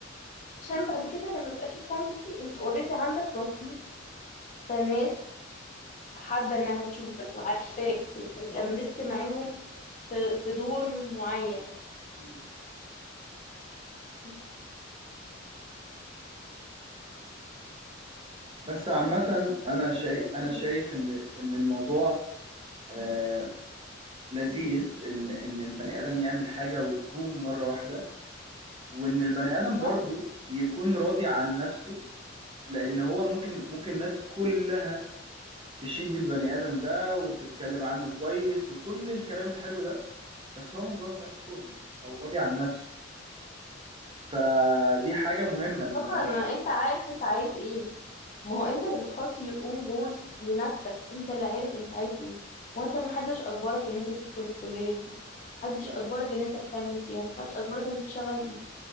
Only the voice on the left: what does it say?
عشان
بعد كده لما يبقى في كوانتيتي انت اوريدي عندك رصيد فالناس حابه انها تشوفك وعارفاك ولمست معاهم في في دور معين
بس.
فبتهيألي
صح
طبعا
ما انت عارف انت عايز ايه ما
هو انت اللي بتحط your own goals لنفسك انت اللي عارف انت عايز ايه وانت محدش اجبرك ان انت تدخل الكليه دي محدش
اجبرك ان انت تكمل فيها محدش اجبرك ان انت تشتغل